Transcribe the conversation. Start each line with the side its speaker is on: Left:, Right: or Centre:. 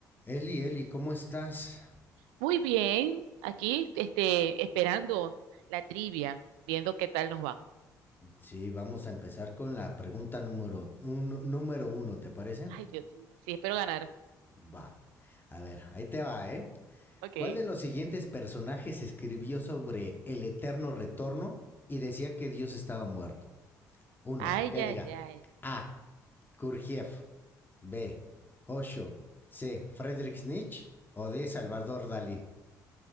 Left: Eli, Eli, ¿cómo estás?
Right: Muy bien, aquí este, esperando la trivia, viendo qué tal nos va.
Left: Sí, vamos a empezar con la pregunta número uno, número uno, ¿te parece?
Right: Ay, Dios mío, sí, espero ganar.
Left: Va. A ver, ahí te va, ¿eh?
Right: Ok.
Left: ¿Cuál de los siguientes personajes escribió sobre el eterno retorno y decía que Dios estaba muerto? Uno,
Right: Ay,
Left: que diga
Right: ay, ay.
Left: A. Kurgiev, B. Osho, C. Friedrich Nietzsche o D. Salvador Dalí.